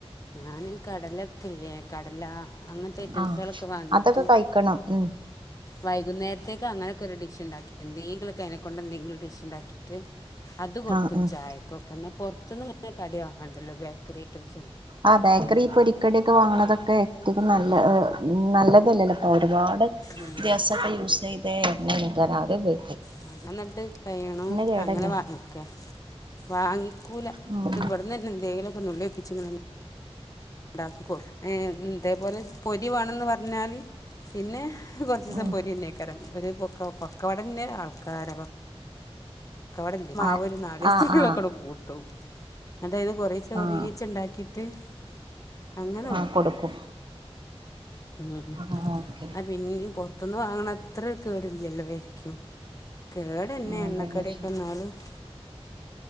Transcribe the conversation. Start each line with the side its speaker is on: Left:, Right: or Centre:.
Left: ഞൻ കടലൊക്കല്ലേ കടല അങ്ങെൻത്തെ ഐറ്റംസാളൊക്കെ
Right: ആഹ്
Left: വാങ്ങിയിട്ട്
Right: അതൊക്കെ കഴിക്കണം ഉം
Left: വൈകുന്നേര്ത്തേക്ക് അങ്ങനെയൊക്കെ ഒര് ഡിഷ് ഇണ്ടാക്കാ എന്തെങ്കിലും അയിനെ കൊണ്ട് എന്തെങ്കിലും ഡിഷ് ഇണ്ടാക്കിട്ട് അത് കൊട്ക്കും
Right: ആഹ് ആഹ്
Left: ചായക്കൊക്കെ ഇന്നാ പൊർത്ത്ന്ന് ഇങ്ങെനെ കടി വാങ്ങണ്ടെല്ലോ ബേക്കെറി ഐറ്റംസ് ഒന്നും
Right: ആഹ് ബേക്കെറി ഈ പൊരിക്കടിയൊക്കെ വാങ്ങ്ണെത് ഒക്കെ റ്റെക്കും നല്ല
Left: ഉം
Right: എഹ് നല്ലെത് അല്ലല്ലോ ഇപ്പം ഒര്പാട് വ്യത്യാസൊക്കെ
Left: ഉം
Right: യൂസ് ചെയ്തെ എണ്ണെണെയ് ത് യാൻ ആദ്യെ ഉപെ
Left: ആഹ് അത് അന്ന്ട്ട് കയ്യണൊയും
Right: കേടല്ലേ
Left: അങ്ങനെ വാങ്ങിക്കാ വാങ്ങിക്കുലാ
Right: ഉം
Left: ട്ട് ഇവെട്ന്നെന്നെ എന്തെങ്കിലും നുള്ളി ഒപ്പിച്ച് ഇങ്ങെനെ ഉണ്ടാക്കി കൊടുക്കും ഇതേപോലെ പൊരി വേണെന്ന് പറഞ്ഞാൽ പിന്നെ- കുറച്ച് ദിവസം
Right: ഉം
Left: പോരി തന്നെവെക്കാരം ഇവര് പൊക്ക പക്കാവടെന്റെ ആൾക്കാര പ- പക്കാവടേന്റെ മാവ്
Right: ആഹ്
Left: ഒരു നാല്
Right: ആഹ്
Left: ദിസലൊക്കെ
Right: ആഹ്
Left: കൂട്ടും അതായത് കൊറേചെ കൊറേചെ
Right: ആഹ്
Left: ഉണ്ടാക്കിട്ട് ത്തി <unintelligible> അങ്ങനെ
Right: ആഹ്
Left: ഒക്കും
Right: കൊടുക്കും
Left: ഉം
Right: ആഹ് ഓക്കെ
Left: ആ പിന്നെ പുറത്തുന്ന് വാങ്ങണ അത്ര കേടില്ലല്ലോ അരിക്കും കേട് തന്നെ
Right: ആഹ്
Left: എണ്ണക്കടിയോക്കെ
Right: അതന്നെ ശരി
Left: എന്നാലും -